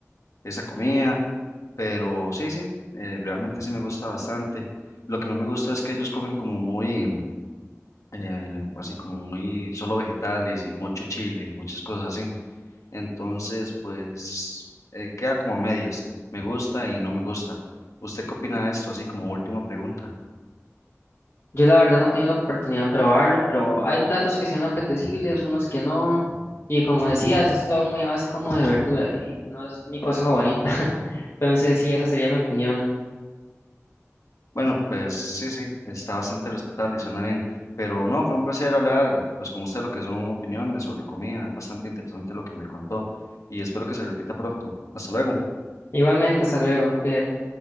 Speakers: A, on the left (about 85°); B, on the left (about 55°).
A: esa comida, pero sí, sí, eh, realmente sí me gusta bastante. Lo que no me gusta es que ellos comen como muy eh, así como muy solo vegetales y mucho chile y muchas cosas así. Entonces, pues eh, queda como a medias. Me gusta y no me gusta. ¿Usted qué opina de esto? Así como última pregunta.
B: Yo la verdad no he tenido la oportunidad de probarlo, pero hay platos que sean apetecibles, unos que no. Y como decías, es todo muy a base como de verduras y no es mi cosa favorita. <laughs> Entonces, sí, esa sería mi opinión.
A: Bueno, pues sí, sí, está bastante respetable y suena bien, pero no, fue un placer hablar pues con usted lo que son opiniones sobre comida, es bastante interesante lo que me contó y espero que se repita pronto. Hasta luego.
B: Igualmente, hasta luego. cuídate.